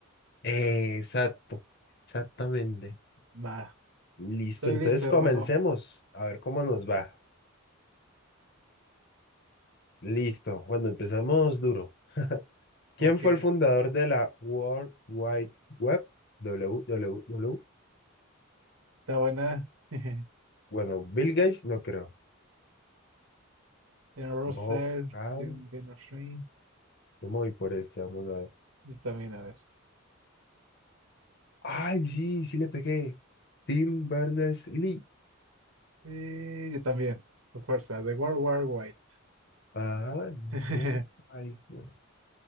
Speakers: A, on the left (about 50°); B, on the right (about 85°).
A: Exacto, exactamente.
B: Va,
A: Listo,
B: estoy
A: entonces
B: listo, hermano.
A: comencemos a ver cómo nos va. Listo, cuando empezamos duro. ¿Quién
B: Ok,
A: fue el fundador de la World Wide Web? W W W
B: está buena. <laughs>
A: Bueno, Bill Gates no creo.
B: Tiene Russell,
A: Bob Hall,
B: tiene Vino Shrine.
A: no me voy por este, vamos a ver.
B: Yo también, a ver.
A: Ay, sí, sí le pegué. Tim Berners-Lee.
B: Y yo también. Tu fuerza, de World War White.
A: Ajá,
B: <laughs>
A: World Wide Web.